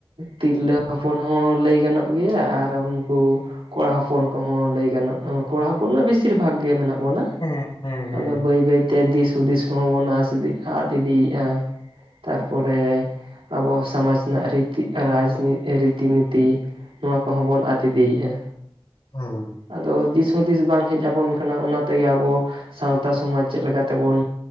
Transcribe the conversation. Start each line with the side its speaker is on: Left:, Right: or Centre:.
Right: ᱛᱤᱨᱞᱟᱹ ᱦᱚᱯᱚᱱ ᱦᱚᱸ ᱞᱟᱹᱭ ᱜᱟᱱᱚᱜ ᱜᱮᱭᱟ ᱟᱨ ᱩᱝᱠᱩ ᱠᱚᱲᱟ ᱦᱚᱯᱚᱱ ᱠᱚᱦᱚᱸ ᱞᱟᱹᱭ ᱜᱟᱱᱚᱜᱼᱟ, ᱠᱚᱲᱟ ᱦᱚᱯᱚᱱ ᱢᱟ ᱵᱮᱥᱤᱨ ᱵᱷᱟᱜᱽ ᱜᱮ ᱢᱮᱱᱟᱜ ᱵᱚᱱᱟ ᱾
Left: ᱦᱮᱸ ᱦᱮᱸ ᱦᱮᱸ
Right: ᱟᱫᱚ
Left: ᱾
Right: ᱵᱟᱹᱭ ᱵᱟᱹᱭᱛᱮ ᱫᱤᱥ ᱦᱩᱫᱤᱥ ᱠᱚᱦᱚᱸ ᱵᱚᱱ ᱟᱥ ᱤᱫᱤ ᱟᱫᱷ ᱤᱫᱤᱭᱼᱟ᱾ ᱛᱟᱨ ᱯᱚᱨᱮ ᱟᱵᱚ ᱥᱚᱢᱟᱡᱽ ᱨᱮᱱᱟᱜ ᱨᱤᱛᱤ ᱨᱟᱡᱽ ᱨᱤᱛᱤ ᱱᱤᱛᱤ ᱱᱚᱣᱟ ᱠᱚᱦᱚᱸ ᱵᱚᱱ ᱟᱫᱷ ᱤᱫᱤᱭᱼᱟ᱾
Left: ᱦᱩᱸ ᱾
Right: ᱟᱫᱚ ᱫᱤᱥᱦᱩᱫᱤᱥ ᱵᱟᱝ ᱦᱮᱡ ᱟᱵᱚᱱ ᱠᱟᱱᱟ ᱚᱱᱟ ᱛᱮᱜᱮ ᱟᱵᱚ ᱥᱟᱶᱛᱟ ᱥᱚᱢᱟᱡᱽ ᱪᱮᱫ ᱞᱮᱠᱟ ᱛᱮᱵᱚᱱ